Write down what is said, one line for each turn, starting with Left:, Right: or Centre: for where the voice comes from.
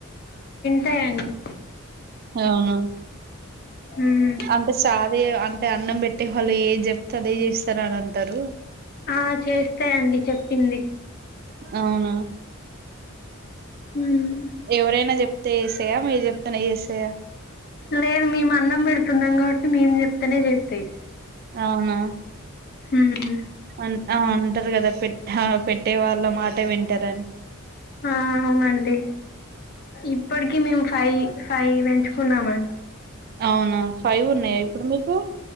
Left: తయన్ని
Right: అవును
Left: ఉమ్
Right: అంటే సాధే అంటే అన్నం పెట్టి అంటే వాళ్ళు ఏ చెప్తే అదే చేస్తారు అని అంటారు
Left: ఆ చేస్తాయండి చెప్పింది
Right: అవునా
Left: ఉమ్
Right: ఎవరైనా చెప్తేసయా మీరు చెప్ నే చేసయ
Left: లేదు మేము అన్నం పెడుతున్నాం కాబట్టి మేం చెప్తతేనే చేస్తాయి
Right: అవునా
Left: ఉమ్
Right: అం ఆ అం అంటారు కదా పె ఆ పెట్టే వాళ్ళ మాటే వింటారని
Left: ఆ అవునండి ఇప్పటికి మేము ఫై ఫై పెంచుకున్నామండి
Right: అవునా ఫైవ్ ఉన్నాయా ఇప్పుడు మీకు